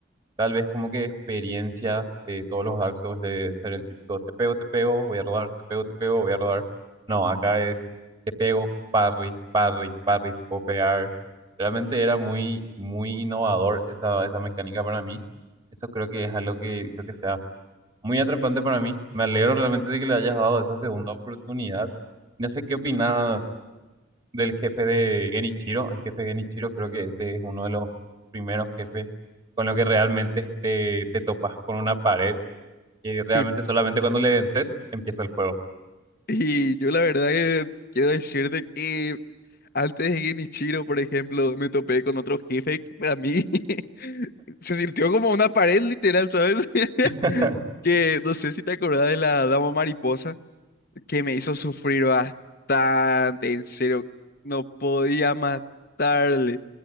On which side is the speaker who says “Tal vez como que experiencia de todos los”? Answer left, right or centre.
Right